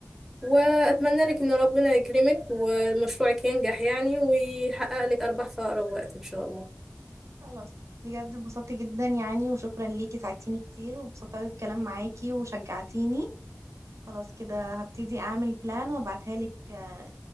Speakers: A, in the centre; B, on the right (about 85°).
A: وأتمنى لك إن ربنا يكرمك ومشروعك ينجح يعني ويحقق لك أرباح في أقرب وقت إن شاء الله
B: خلاص بجد انبسطت جدا يعني وشكرا ليكي ساعدتيني كتير وانبسطت قوي بالكلام معاكي وشجعتيني خلاص كده هبتدي اعمل بلان وابعتها لك آه،